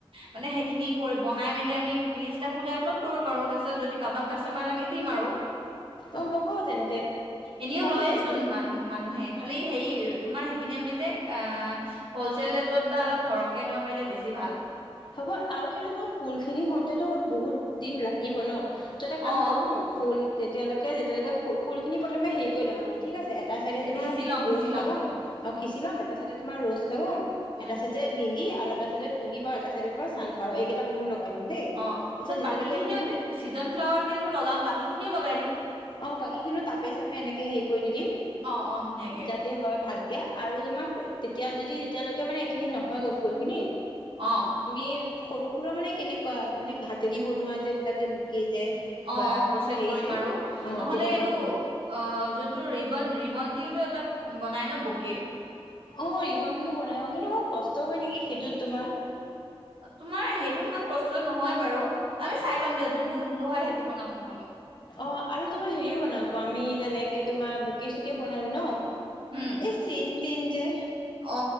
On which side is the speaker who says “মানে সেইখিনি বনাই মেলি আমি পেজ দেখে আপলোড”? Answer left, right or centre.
Right